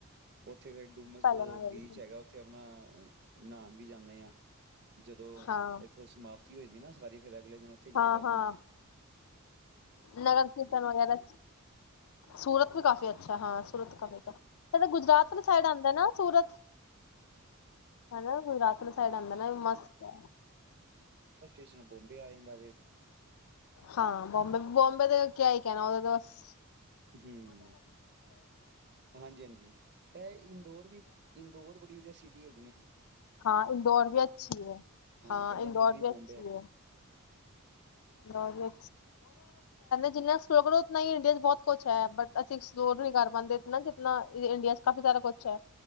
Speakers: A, on the right; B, on the left.
A: ਉੱਥੇ ਫਿਰ ਡੁਮਸ
B: ਪਹਿਲੇ ਮੈਂ
A: ਬੀਚ
B: ਗਈ ਸੀ
A: ਹੈਗਾ ਉੱਥੇ ਆਪਣਾ ਨ ਨਾ ਜਦੋਂ
B: ਹਾਂ
A: ਇੱਥੋਂ ਸਮਾਪਤੀ ਹੋਵੇਗੀ ਨਾ ਸੋਵੜੀ ਫਿਰ ਅਗਲੇ ਦਿਨ ਉੱਥੇ ਜਾਏਦਾ
B: ਹਾਂ ਹਾਂ ਨਗਰ ਕੀਰਤਨ ਵਗੈਰਾ ਸੂਰਤ ਵੀ ਕਾਫੀ ਅੱਛਾ ਹਾਂ ਸੂਰਤ ਕਾਫੀ ਅੱਛਾ ਤੇ ਗੁਜਰਾਤ ਵਾਲੀ ਸਾਈਡ ਆਉਂਦਾ ਨਾ ਸੂਰਤ ਹਨਾ ਗੁਜਰਾਤ ਵਾਲੀ ਸਾਈਡ ਆਉਂਦਾ ਨਾ ਮਸਤ ਹੈ
A: ਕਿਸੇ ਨੁੰ ਬੋਬੇ ਆ ਜਾਂਦਾ ਵੇ,
B: ਹਾਂ ਬੋਬੇ-ਬੋਬੇ ਤੇ ਕਿਆ ਹੀ ਕਹਿਣਾ ਉਹਦੇ ਤੇ ਬਸ-
A: ਹੂੰ, ਹਾਂਜੀ-ਹਾਂਜੀ ਇਹ ਇੰਦੋਰ ਵੀ ਇੰਦੋਰ ਬੜੀ ਵਧੀਆ ਸੀ ਹੈ
B: ਹਾਂ ਇੰਦੌਰ ਵੀ ਅੱਛੀ ਹੈ ਹਾਂ
A: ਕਹਿੰਦੇ
B: ਇੰਦੌਰ
A: ਮਿੰਨੀ
B: ਵੀ
A: ਬੋਂਬੇ
B: ਅੱਛੀ
A: ਹੈਗਾ
B: ਹੈ ਇੰਦੌਰ ਵੀ ਅ ਜਿੰਨਾ ਉਹਨਾ ਹੀ ਇੰਡੀਆ ਚ ਬਹੁਤ ਕੁਛ ਹੈ ਬਟ ਅਸੀਂ ਐਕਪਲੋਰ ਨੀ ਕਰ ਪਾਉਂਦੇ ਜਨਾ ਇੰਡੀਆ ਚ ਕਾਫੀ ਸਾਰਾ ਕੁਛ ਹੈ।